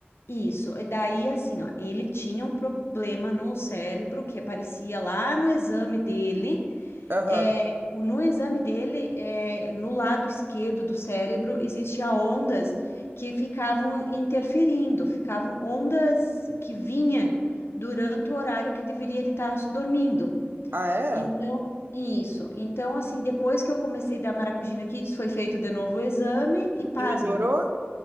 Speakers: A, on the left; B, on the right.
A: Isso, e daí assim, ó, ele tinha um problema no cérebro que aparecia lá no exame dele.
B: Aham.
A: É, o- no exame dele, é, no lado esquerdo do cérebro, existia ondas que ficavam interferindo, ficavam ondas que vinha durante o horário que deveria ele estar dormindo.
B: Ah, é?
A: Então, isso. Então, assim, depois que eu comecei a dar Maracugina Kids, foi feito de novo o exame e pasma,
B: E melhorou?